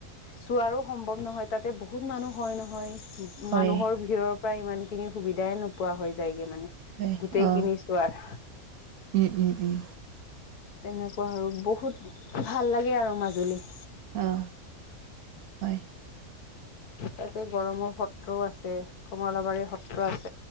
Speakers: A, on the left (about 85°); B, on the right (about 70°).
A: চোৱাৰো সম্ভৱ নহয় তাতে বহুত মানুহ হয় নহয়।
B: হয়
A: মানুহৰ ভিৰৰ পৰা ইমানখিনি সুবিধাই নোপোৱা হৈ যায়গে মানে।
B: হয়
A: গোটেই
B: অ
A: কিনি চোৱাৰ।
B: উম উম উম
A: তেনেকুৱা আৰু বহুত ভাল লাগে আৰু মাজুলী।
B: অহ, হয়।
A: তাতে গড়মূৰ সত্ৰও আছে কমলাবাৰী সত্ৰ আছে।